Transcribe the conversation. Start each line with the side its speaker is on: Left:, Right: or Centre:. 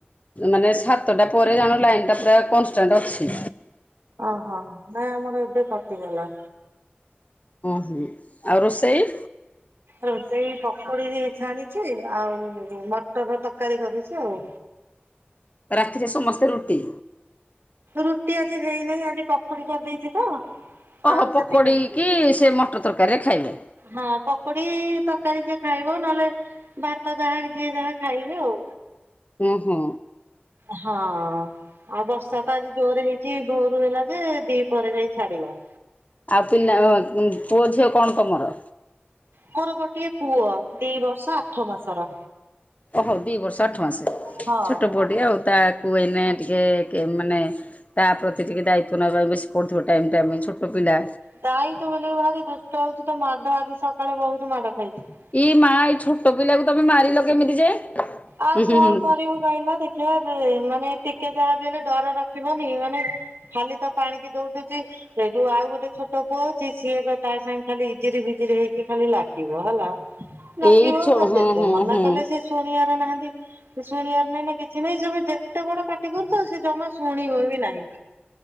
Left: ମାନେ ସାତଟା ପରେ ଜାଣ ଲାଇନ ଟା ପୁରା କନଷ୍ଟାଣ୍ଟ ଅଛି।
Right: ଓହୋ ନାଇଁ ଆମର ଏବେ କଟିଗଲା।
Left: ଓହୋ ଆଉ ରୋଷେଇ?
Right: ରୋଷେଇ ପକୋଡି ଛାଣିଛି ଆଉ ମଟର ତରକାରୀ କରିଛି ଆଉ
Left: ରାତିରେ ସମସ୍ତେ ରୁଟି।
Right: ରୁଟି ଆଜି ହେଇନାହିଁ ଆଜି ପପୋଡି କରିଦେଇଛି ତ
Left: ଓହୋ
Right: ଆଉ
Left: ପକୋଡ଼ିକି
Right: ସେଥିପାଇଁ
Left: ସେ ମଟର ତରକାରୀରେ ଖାଇବେ।
Right: ହଁ ପକୁଡି ତରକାରୀ ଯିଏ ଖାଇବ ନହେଲେ ଭାତ ଯାହା ଯିଏ ଯାହା ଖାଇବେ ଆଉ।
Left: ଉଁ ହୋ।
Right: ହଁ। ଆଉ ବର୍ଷା ତ ଆଜି ଜୋର ହେଇଛି ଭୋରୁ ହେଲା ଯେ ଦି ପରେ ଯାଇ ଛାଡିଲା
Left: ଆଉ ପିଲା ପୁଅ ଝିଅ କଣ ତମର?
Right: ମୋର ଗୋଟଏ ପୁଅ ଦି ବର୍ଷ ଆଠ ମାସର।
Left: ଓହୋ ଦୁଇ ବର୍ଷ ଆଠ ମାସ
Right: ହଁ ହଁ
Left: ଛୋଟ ପୁଅ ଟିକେ ଆଉ ତାକୁ ଏଇନେ ଟିକେ କି ମାନେ ତା ପ୍ରତି ଟିକିେ ଦାୟିତ୍ୱ ନେବା ପାଇଁ ବେଶି ପୁଥିବ ଟାଇମ୍ ଟାଇମେ ଛୋଟ ପିଲା
Right: ଦାଇ ତୁ ବୋଲିକି ଭାରି ଦୁଷ୍ଟ ହଉଛି ତ ମାଡ ଆଜି ସକାଳେ ବହୁତ ମାଡ଼ ଖାଇଛି।
Left: ଏଇ ମା ଏଇ ଛୋଟ ପିଲାକୁ ତମେ ମାରିଲ କେମିତି ଯେ
Right: ଆଉ
Left: ହୁଁ
Right: କଣ
Left: ହୁଁ ହୁଁ
Right: କରିବୁ? କହିଲ ଦେଖିବା ମାନେ ଟିକେ ଯାହାବି ହେଲେ ଡର ରଖିବନି ମାନେ ଖାଲି ତ ପାଣିକି ଦଉଡୁଛି। ସେଇଠୁ ଆଉ ଗୋଟେ ଛୋଟ ପୁଅ ଅଛି ସିଏ ତା ସାଙ୍ଗେ ଖାଲି ଇଜିରି ବିଜଜିରି ହେଇକି ଖାଲି ଲାଗେ। ହେଲା ଲାଗିବ
Left: ଏଇ ଛୋ
Right: ଆ
Left: ହଁ
Right: ଯେତେ
Left: ହଁ
Right: ମନା
Left: ହଁ।
Right: କଲେ ସେ ଶୁଣିବ ନାହା ଶୁଣିବାର ନାାଇଁ ନା କିଛି ନାଇଁ ତମ ଯେତେ ବଡ କାଟି କରୁଛ ସେ ଜମା ଶୁଣିବ ବି ନାହିଁ